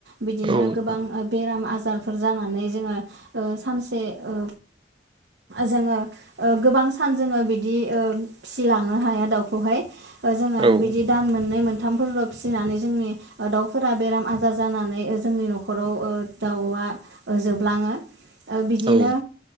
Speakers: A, on the right; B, on the right.
A: बिदिनो
B: नोंथां
A: गोबां बेराम - आजार फोर जानानै जोङो ओ सानसे ओ जोङो ओ गोबां सान जोङो बिदि ओ फिसिलांनो हाया दाउखौहाय जोङो
B: औ
A: बिदि दान मोननै मोनथामफोरल' फिसिनानै जोंनि दाउफोरा बेराम - आजार जानानै जोंनि न'खराव ओ दाउआ जोबलाङो बिदिनो
B: औ